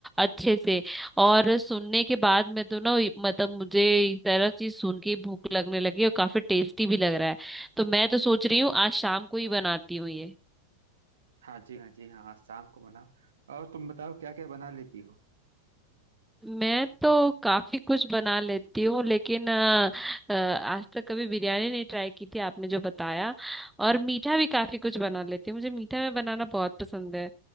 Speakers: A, in the centre; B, on the right.
A: अच्छे से और सुनने के बाद में तो ना ये- मतलब मुझे इस तरह चीज सुन के ही भूख लगने लगी और काफी टेस्टी भी लग रहा है तो मैं तो सोच रही हूँ आज शाम को ही बनाती हूँ ये
B: हाँ जी हाँ जी हाँ हाँ, शाम को बनाओ और तुम बताओ क्या क्या बना लेती हो
A: मैं तो काफी कुछ बना लेती हूँ लेकिन अ, अ, आज तक कभी बिरयानी नहीं ट्राई की थी आपने जो बताया और मीठा भी काफी कुछ बना लेती हूँ मुझे मीठा में बनाना बहुत पसंद है